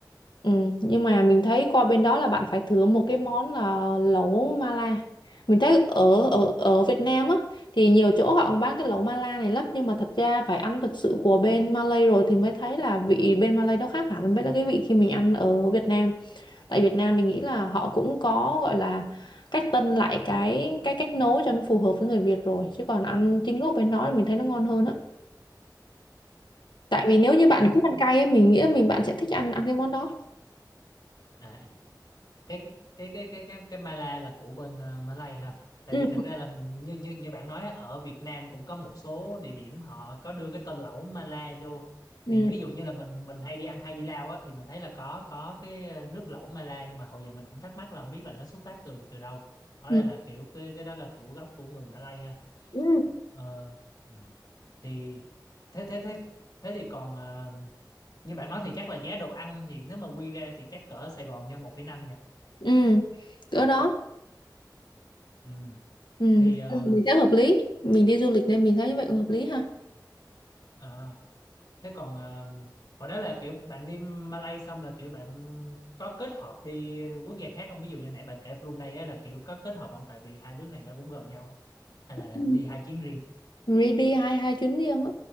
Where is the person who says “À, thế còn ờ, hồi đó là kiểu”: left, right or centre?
Left